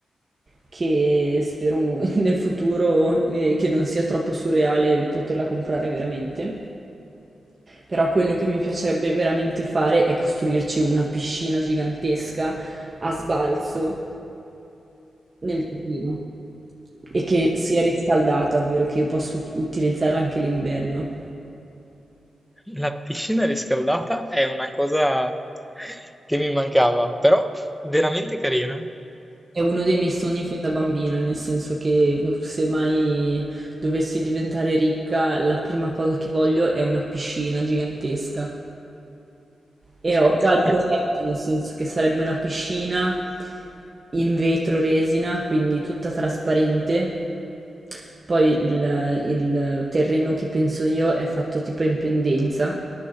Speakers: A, on the right (about 40°); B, in the centre.
A: che spero <laughs> nel futuro eh, che non sia troppo surreale poterla comprare veramente. Però quello che mi piacerebbe veramente fare è costruirci una piscina gigantesca a sbalzo nel giardino e che sia riscaldata, ovvero che io possa ut- utilizzarla anche l'inverno.
B: La piscina riscaldata è una cosa che mi mancava, però veramente carina.
A: È uno dei miei sogni fin da bambina, nel senso che se mai dovessi diventare ricca, la prima cosa che voglio è una piscina gigantesca. E ho
B: <laughs>
A: già il progetto, nel senso che sarebbe una piscina in vetro resina, quindi tutta trasparente. Poi il, il terreno che penso io è fatto tipo in pendenza